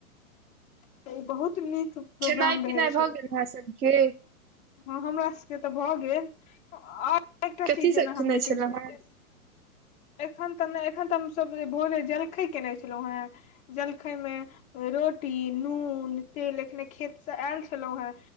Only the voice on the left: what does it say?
त ऊ बहुत नीक प्रोग्राम
रहै छै
हँ हमरा सभके तऽ भऽ गेल आओर एकटा
चीज
जेना
हम देखै
छियै
एखन तऽ नय एखन तऽ हमसभ भोरे जलखै केने छलो हँ जलखै मे रोट टी नून तेल अखने खेत से आयल छलौं हँ